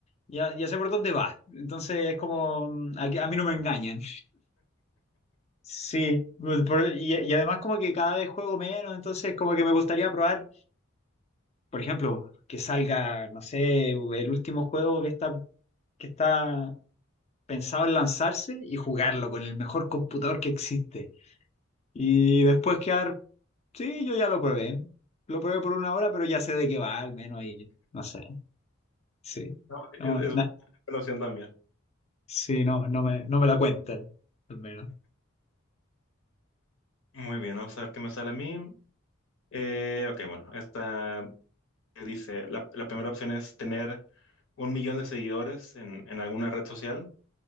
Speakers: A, on the left; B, on the left.
A: Ya, ya sé por dónde va. Entonces es como, mm, aquí- a mí no me engañan. Sí, pues, por- y, y además como que cada vez juego menos, entonces como que me gustaría probar, por ejemplo, que salga, no sé, el último juego que está... que está pensado en lanzarse y jugarlo con el mejor computador que existe. Y después quedar, sí, yo ya lo probé. Lo probé por una hora, pero ya sé de qué va, al menos, y no sé. Sí.
B: no, es,
A: No,
B: es
A: na-
B: buena opción también.
A: sí, no, no me, no me la cuentan, al menos.
B: Muy bien, vamos a ver qué me sale a mí. Eh, ok, bueno, esta. dice, la, la primera opción es tener un millón de seguidores en, en alguna red social